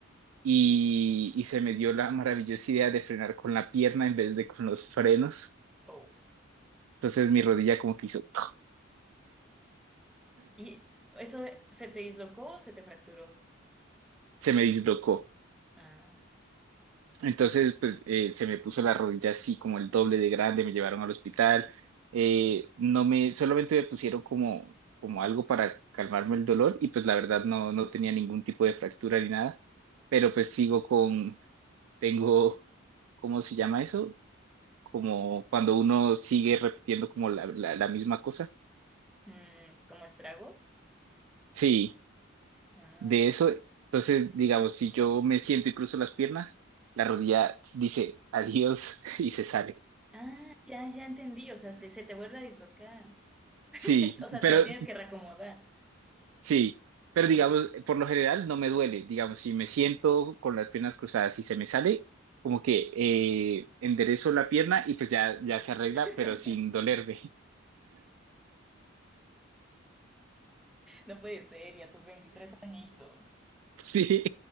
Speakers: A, on the right; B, in the centre.
A: y, y se me dio la maravillosa idea de frenar con la pierna en vez de con los frenos.
B: oh.
A: Entonces mi rodilla como que hizo, ¡toc!
B: ¿Y eso se te dislocó o se te fracturó?
A: se me dislocó.
B: Ah.
A: Entonces, pues eh, se me puso la rodilla así como el doble de grande, me llevaron al hospital. Eh, no me, solamente me pusieron como, como algo para calmarme el dolor y pues la verdad no, no tenía ningún tipo de fractura ni nada, pero pues sigo con, tengo, ¿cómo se llama eso? Como cuando uno sigue repitiendo como la, la, la misma cosa.
B: Mm, ¿como estragos?
A: Sí.
B: Ah.
A: De eso, entonces, digamos, si yo me siento y cruzo las piernas, la rodilla dice adiós <laughs> y se sale.
B: Ah, ya, ya entendí. O sea, te- se te vuelve a dislocar.
A: Sí,
B: <laughs> O sea,
A: pero
B: te la tienes que reacomodar.
A: sí, pero
B: No.
A: digamos, por lo general no me duele. Digamos, si me siento con las piernas cruzadas y se me sale, como que eh, enderezo la pierna y pues ya, ya se arregla,
B: <laughs>
A: pero sin dolerme. <laughs>
B: No puede ser, y a tus 23 añitos.
A: Sí,